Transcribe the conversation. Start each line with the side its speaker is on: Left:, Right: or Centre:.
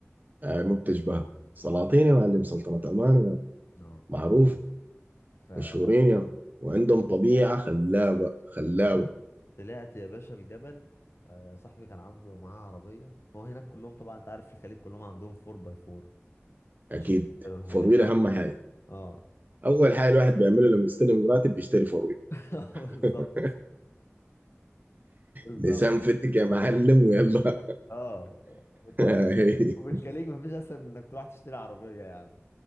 Right: آه مو بتشبهها سلاطين يا معلم سلطنة عمان يا من.
Left: آه
Right: معروفة
Left: فطلعت
Right: مشهورين يا من. وعندهم طبيعة خلابة خلابة
Left: يا باشا الجبل آه صاحبي كان عنده معاه عربية هو هناك كلهم طبعا أنت عارف في الخليج كلهم عندهم 4 باي 4
Right: اكيد
Left: عشان يشتروا الحاجات
Right: فرويل
Left: دي
Right: اهم حاجة
Left: آه
Right: اول حاجة الواحد بيعملها لما يستلم راتب بيشتري فرويل
Left: <laughs>
Right: <laughs>
Left: بالظبط بالظبط
Right: لسان فتك يا معلم ويلا
Left: اه انت
Right: <laughs>
Left: انت وفي الخليج مفيش اسهل من انك تروح تشتري عربيه يعني